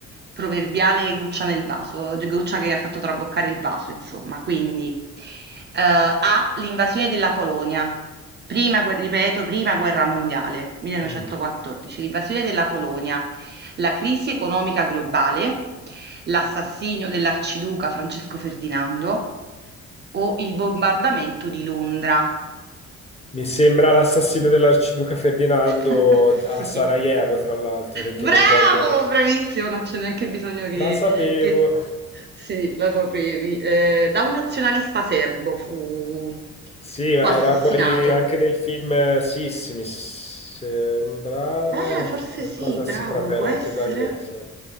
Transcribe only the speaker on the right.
proverbiale goccia nel vaso, goccia che ha fatto traboccare il vaso, insomma. Quindi, eh, A, l'invasione della Polonia, prima, guer- ripeto, prima guerra mondiale, 1914,
l'invasione della Polonia, la crisi economica globale, l'assassinio dell'arciduca Francesco Ferdinando o il bombardamento di Londra.
<laughs>
Sì.
Bravo,
bravissimo, non c'è neanche bisogno che,
che- Sì, la sapevi. Eh, da un nazionalista serbo fu,
fu
assassinato.
Eh, forse
sì, bravo,
può essere.